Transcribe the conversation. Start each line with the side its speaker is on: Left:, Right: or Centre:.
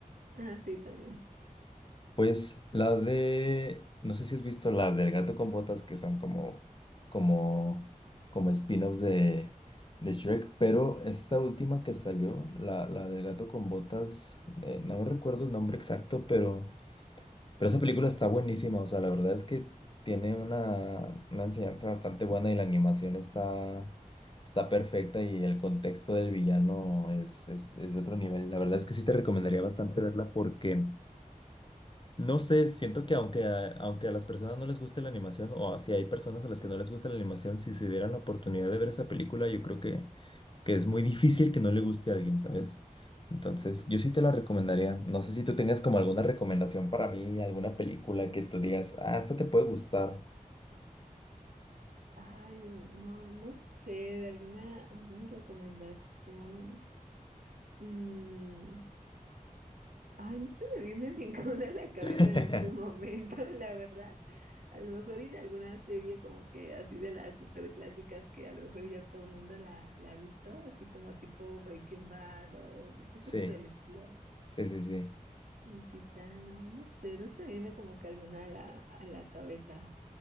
Right: Ah, sí, también.
Left: Pues la de, no sé si has visto las del gato con botas que son como, como, como spin-offs de, de Shrek, pero esta última que salió, la, la del gato con botas, eh, no recuerdo el nombre exacto, pero, pero esa película está buenísima, o sea, la verdad es que tiene una, una enseñanza bastante buena y la animación está, está perfecta y el contexto del villano es, es, es de otro nivel. La verdad es que sí te recomendaría bastante verla porque... No sé, siento que aunque a, aunque a las personas no les guste la animación, o si hay personas a las que no les gusta la animación, si se dieran la oportunidad de ver esa película, yo creo que, que es muy difícil que no le guste a alguien, ¿sabes? Entonces, yo sí te la recomendaría. No sé si tú tengas como alguna recomendación para mí, alguna película que tú digas, ah, esta te puede gustar.
Right: Ay, no, no sé, de alguna, alguna recomendación. Mm, ay, no se me viene <laughs> ninguna a la cabeza
Left: <laughs>
Right: en este momento, la verdad. A lo mejor ir a alguna serie como que así de las super clásicas que a lo mejor ya todo el mundo la, la ha visto, así como tipo Breaking Bad o cosas
Left: Sí,
Right: por el estilo.
Left: sí, sí, sí.
Right: Y quizá no, no sé, no se me viene como que alguna a la, a la cabeza